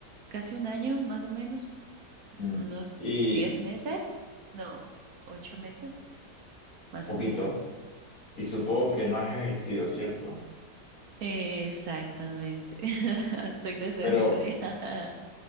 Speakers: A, on the right; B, on the left.
A: casi un año, más o menos,
B: Mm.
A: unos
B: Y
A: 10 meses, no, 8 meses, más
B: poquito.
A: o menos.
B: Y supongo que no has ejercido, ¿cierto?
A: Exactamente, <laughs> estoy desempleada.
B: Pero,